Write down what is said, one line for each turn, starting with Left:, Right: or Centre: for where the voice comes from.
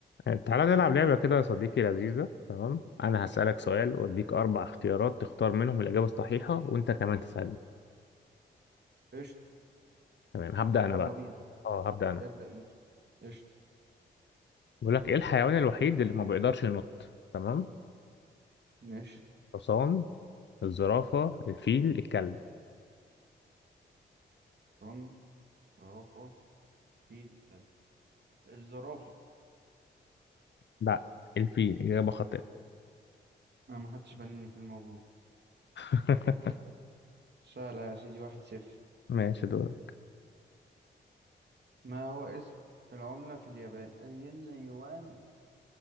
Left: يعني تعالى نلعب لعبة كده يا صديقي لذيذة تمام أنا هسألك سؤال وأديك أربع اختيارات تختار منهم الإجابة الصحيحة وأنت كمان تسألني
Right: قشط
Left: تمام هبدأ أنا
Right: يلا
Left: بقى
Right: بينا
Left: أه هبدأ أنا
Right: ابدأ انت قشط
Left: بيقول لك إيه الحيوان الوحيد اللي ما بيقدرش ينط تمام
Right: ماشي
Left: الحصان الزرافة الفيل الكلب
Right: صن زرافة فيل كلب الزرافة
Left: لا الفيل إجابة خاطئة
Right: أنا ما خدتش بالي إن في موجود
Left: <laughs>
Right: سهلة يا سيدي واحد صفر
Left: ماشي دور
Right: ما هو اسم العملة في اليابان الين يوان